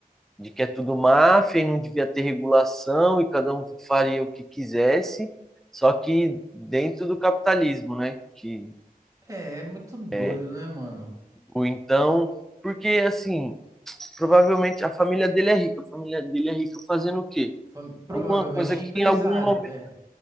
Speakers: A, in the centre; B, on the right (about 20°).
A: de que é tudo máfia e não devia ter regulação e cada um faria o que quisesse só que dentro do capitalismo né que
B: É, é muito doido,
A: é,
B: né, mano?
A: ou então porque assim Provavelmente a família dele é rica. A família dele é rica fazendo o quê?
B: foi provavelmente
A: Alguma coisa que
B: empresário,
A: em algum momento.
B: é,